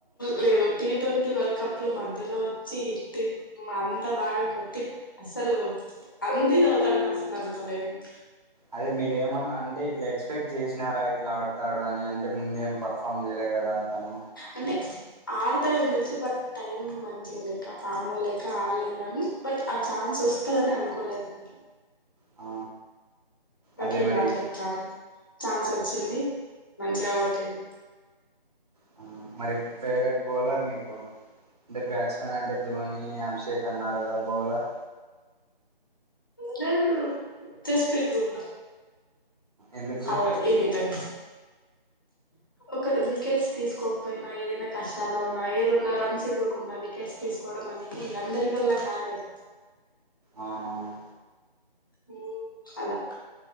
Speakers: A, on the left; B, on the right.
A: లేదు టీ ట్వంటీ వరల్డ్ కప్ లో మధ్య లో వచ్చి హిట్ అంతా బానే కొట్టి అసలు అంతిదవుతాడని అసలు అనుకోలే నిన్
B: అదే మీరేమన్నా అంటే ఇట్లా ఎక్స్పెక్ట్ చేసినారా ట్లా ఆడతాడు అని అంతకుముందెం పర్ఫామ్ చేయలే కదా అతను
A: అంటే ఆడతాడని తెలుసు బట్ టైమ్ మంచిగా లేక ఫామ్ లో లేక ఆడలేదుగాని బట్ ఆ ఛాన్స్ వస్తదని అనుకోలే అతనికి
B: ఆ
A: బట్
B: అదే
A: <unintelligible>
B: మరి
A: చాన్స్ వచ్ చ్చింది మంచిగ కొట్టిన్
B: హు మరి ఫేవరెట్ బౌలర్ మీకు అంటే బ్యాట్స్మెన్ అంటే ధోని అభిషేక్ అన్నారు కదా బౌలర్
A: బౌలర్ జె స్పీ బుమ్రా
B: ఎందుకు
A: హ ఏదేతన్ ఒక వికెట్స్ తీసుకోకపోయినా ఏదైనా కష్టాల్లో ఉన్నా ఏదున్నా రన్స్ ఇవ్వకుండా వికెట్స్ తీసుకోవడం అనేది అందరి వల్ల కాదు కదా
B: అవునవును
A: హు అలా